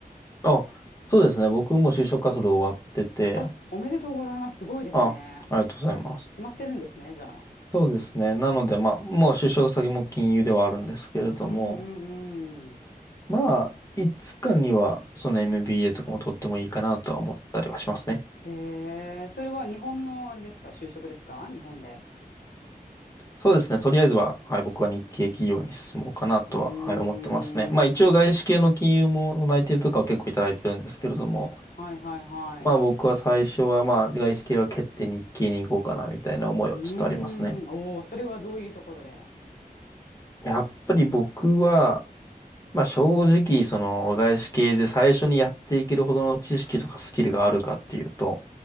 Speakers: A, on the left; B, on the left.
A: あ、そうですね。僕も就職活動終わってて、
B: あ、おめでとうございます。すごいですね。
A: あ、ありがとうございます。
B: 決まってるんですね、じゃあ。
A: そうですね。なので、まあ、もう就職先も金融ではあるんですけれども、
B: うんうんうん。
A: まあ、いつかには、その MBA とかも取ってもいいかなとは思ったりはしますね。
B: へえ、それは日本のあれですか就職ですか日本で。
A: そうですね。とりあえずは、はい、僕は日系企業に進もうかなとは、
B: うーん、
A: はい、思ってますね。まあ、一応外資系の金融も内定とかは結構いただいてるんですけれども、
B: なる。はいはいはい。
A: まあ、
B: う
A: 僕は最初は、まあ、外資系は蹴って日系に行こうかな、みたいな思いはちょっとありますね。
B: ーん、おお、それはどういうところで。
A: やっぱり僕は、まあ正直、その外資系で最初にやっていけるほどの知識とかスキルがあるかっていうと、